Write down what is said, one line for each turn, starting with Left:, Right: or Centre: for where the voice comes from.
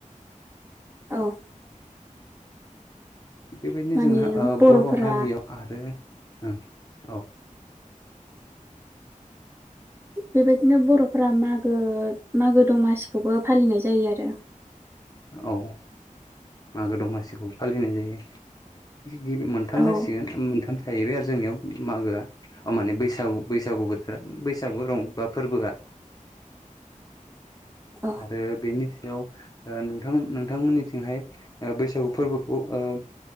Right: औ
Left: थिग बेबायदिनो
Right: माने
Left: जोंना ओ
Right: बर'फोरा
Left: बर' हारियाव आरो ओम औ।
Right: बेबायदिनो बर'फोरा मागो मागो दमासिखौबो फालिनाय जायो आरो
Left: औ मागो दमासिखौ फालिनाय जायो गिबि मोनथाम
Right: औ
Left: जासिगोन मोनथाम थाहैबाय आरो जोंनियाव मागोआ अ माने बैसागु बैसागु बोथोरा बैसागु रं बा फोरबोआ
Right: औ
Left: आरो बेनि सायाव ओ नोंथां नोंथांमोननि थिंहाय बैसागु फोरबोखौ ओ